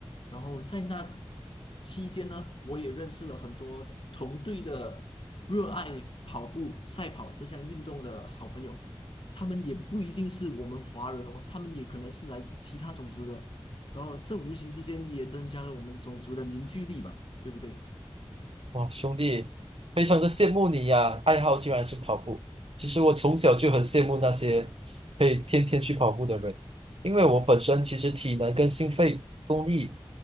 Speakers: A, on the left (about 65°); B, on the right (about 85°).
A: 然后在那期间呢，我也认识了很多同队的热爱跑步、赛跑这项运动的好朋友。他们也不一定是我们华人哦，他们也可能是来自其他种族的。然后这无形之间也增加了我们种族的凝聚力吧，对不对？
B: 哇，兄弟，非常的羡慕你呀，爱好居然是跑步。其实我从小就很羡慕那些可以天天去跑步的人，因为我本身其实体能跟心肺。力。功力